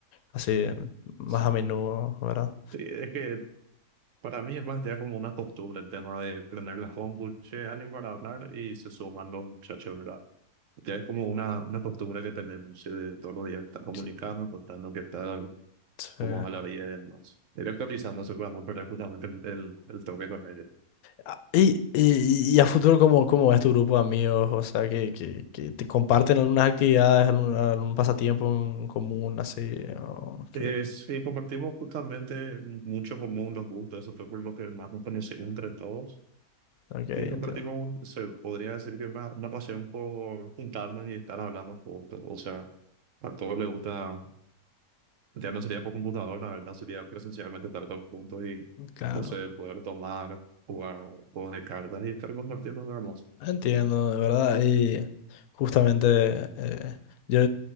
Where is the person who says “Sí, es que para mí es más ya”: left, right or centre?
Right